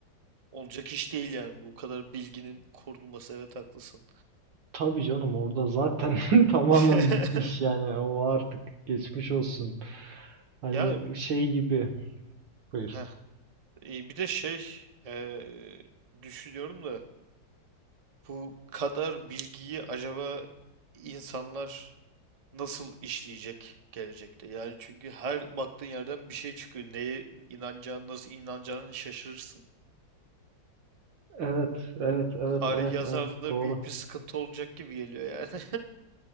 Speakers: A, on the right; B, on the right.
A: olacak iş değil yani. Bu kadar bilginin korunması evet haklısın.
B: Tabii canım orada zaten <laughs> tamamen
A: <laughs>
B: bitmiş yani o artık geçmiş olsun. Hani
A: Ya
B: şey gibi. Buyur.
A: heh, e, bir de şey e, düşünüyorum da bu kadar bilgiyi acaba insanlar nasıl işleyecek gelecekte? Yani çünkü her baktığın yerden bir şey çıkıyor. Neye inanacağını, nasıl inanacağını şaşırırsın.
B: Evet, evet, evet,
A: tarih
B: evet,
A: yazarlığında
B: evet. Doğru.
A: büyük bir sıkıntı olacak gibi geliyor yani.